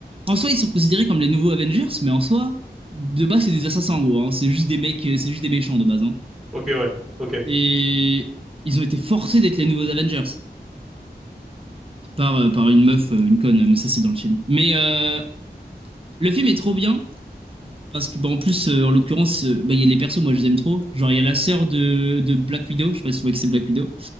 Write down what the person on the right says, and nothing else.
en soi, ils sont considérés comme les nouveaux Avengers, mais en soi, de base, c'est des assassins, en gros. hein. C'est juste des mecs, euh, c'est juste des méchants de base. hein.
Et ils ont été forcés d'être les nouveaux Avengers. par, euh, par une meuf, euh, une conne, mais ça c'est dans le film. Mais euh, le film est trop bien, parce que bah, en plus, euh, en l'occurrence, euh, bah, il y a les persos, moi je les aime trop. Genre il y a la sœur de, de Black Widow, je sais pas si tu vois que c'est Black Widow.